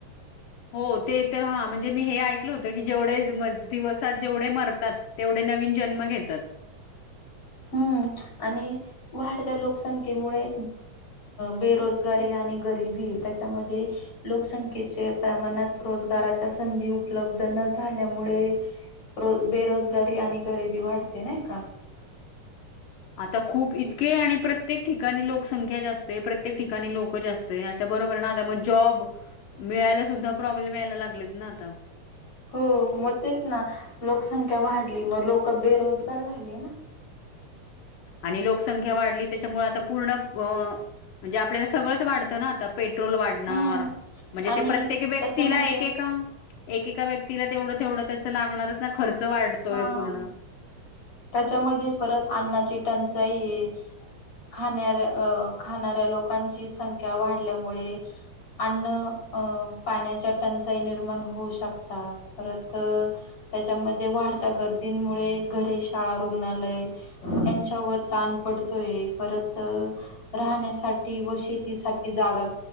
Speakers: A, on the left; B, on the left.
A: हो ते तर हा म्हणजे मी हे ऐकल होत की जेवढे दिवसात जेवढे मरतात तेवढे नवीन जन्म घेतात
B: हम्म आणि वाढत्या लोकसंख्येमुळे बेरोजगारी आणि गरीबी त्यामध्ये लोकसंख्ये प्रमाणात रोजगाराच्या संधी उपलब्ध झाल्यामुळे बेरोजगारी आणि गरबी वाढते नाही का
A: आता खूप इतके आणि प्रत्येक ठिकाणी लोकसंख्या जास्तते प्रत्येक ठिकाणी लोक जास्त आता बरोबर ना आता, मग जॉब मिळायला सुद्धा समस्या यायला लागलेत ना आता
B: हो मग तेच ना लोकसंख्या वाढली मग लोक बेरोजगार झाले ना
A: आणि लोकसंख्या वाढली त्याच्यामुळे आता पूर्ण म्हणजे आपल्याला सगळंच वाढतं ना आता पेट्रोल वाढणार
B: हम्म
A: म्हणजे
B: आणि
A: ते प्रत्येक व्यक्तीला
B: त्याच्यामध्ये
A: एकेका एकेका व्यक्तीला तेवढं तेवढं त्याच लागणारच ना, खर्च वाढतोय
B: हा
A: पूर्ण.
B: त्याच्यामध्ये परत अन्नाची टंचाई आहे खाण्याऱ्या अ खाणाऱ्या लोकांची संख्या वाढल्यामुळे अन्न अं पाण्याच्या टंचाई निर्माण होऊ शकतात परत त्याच्यामध्ये वाढत्या गर्दींमुळे घरे शाळा रुग्णालय यांच्यावर ताण पडतोय परत राहण्यासाठी व शेतीसाठी जागा